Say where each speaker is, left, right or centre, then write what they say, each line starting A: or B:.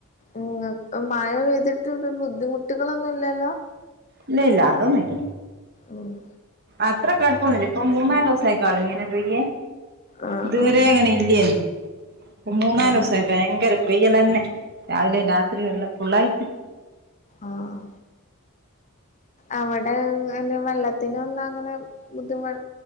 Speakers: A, on the left; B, on the right.
A: ഇങ്ങ മഴ പെയ്തിട്ട് ഇവിടെ ബുദ്ധിമുട്ടുകളൊന്നുംല്ലല്ലോ?
B: ഇല്ല ഇല്ല. അതൊന്നും ഇല്ല.
A: ഓഹ്.
B: അത്ര കടുപ്പൊന്നില്ല ഇപ്പൊ മൂന്നാല് ദിവസ ആയിക്കാളും ഇങ്ങനെ പെയ്യേ
A: ആഹ് ആഹ്
B: ഇതുവരെ അങ്ങനെ ഇല്ലേ ഇപ്പ മൂന്നാല്
A: ആഹ്
B: ദിവസായി ഭയങ്കര പെയ്യലന്നെ രാവിലെയും രാത്രിയുമെല്ലാം എല്ലാം ഫുള്ളായിട്ട്.
A: ആഹ് അവിടെെ വെള്ളത്തിന ഒന്ന അങ്ങനെ ബുദ്ധിമ